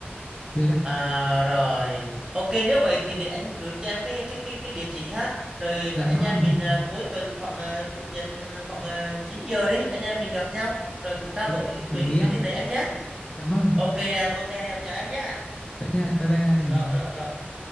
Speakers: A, on the left (about 30°); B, on the right (about 15°).
A: được ạ.
B: À rồi. Ok nếu vậy thì để anh gửi cho em cái cái cái cái địa chỉ ha. Rồi
A: Dạ
B: có anh
A: vâng,
B: em mình à, cuối tuần khoảng à, chủ nhật à, khoảng à, 9 giờ đi, anh em mình gặp nhau rồi cùng trao
A: Ok,
B: đổi về
A: đồng
B: cái
A: ý ạ.
B: chuyến đi này em nhé.
A: Dạ vâng,
B: Ok em, ok em chào em nhé.
A: vậy nha. Bye bye anh.
B: Rồi rồi rồi.